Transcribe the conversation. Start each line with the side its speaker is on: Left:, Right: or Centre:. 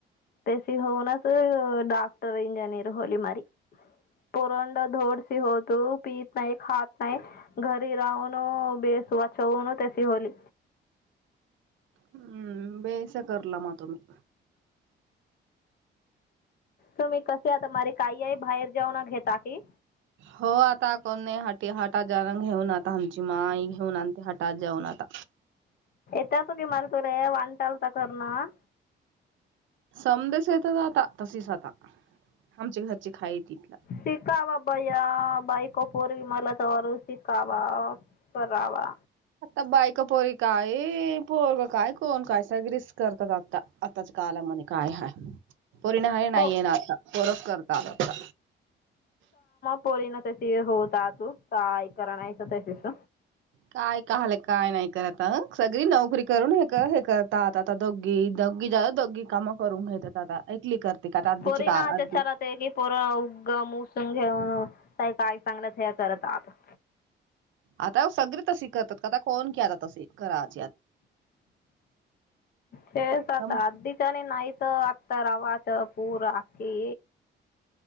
Left: तशी होऊनच डॉक्टर इंजिनीयर होली मारी पोरंड धोडशी होत पत नाही खात नाही घरी राहून बेस वाचवन तशी होली
Right: हम्म बेस करला म तुम्ही
Left: तुम्ही कसे आता मारी काहीई बाहेर जाेऊना घेता की
Right: हो आता कोण नाही हटी हाटाज घेऊन आता आमची माई घेऊन आण ह आज जाऊन आता
Left: त्यातून जी माल तो रे वानटल तर कर ना
Right: समदेस येत आता तशीस आता हामची घरची खाई तिथला
Left: शिकावा बैया बाईको पोरवी मला त वर शिकावा करावा
Right: आता बायका पोरी काय पोर काय कोण काय सगरस करतात आता आताच्या कालामध्ये काय हाय. पोरीने हाय
Left: हो
Right: नाहीये ना आता पोरस करत आता
Left: पोरी ना तशी होत ता तू काय करणायच तशीच
Right: काय काहल काय नाही करत सगळी नोकरी करून हे हे करतात आता दोघी-दोघीच दोघी कामं करून घेतात आता ऐकली करते का आता आधीची
Left: पोरी
Right: का
Left: ना अच्छाचा
Right: आधी
Left: राहते की पोरा उग मु संगे घेऊन काय-काय चांगलंच हे करत आता
Right: आता सगळी तसी करतात काता कोण केरत तसी करात.
Left: तेच आता
Right: सम-
Left: अधीच्याने नाहीत त आता रावाच पूर आती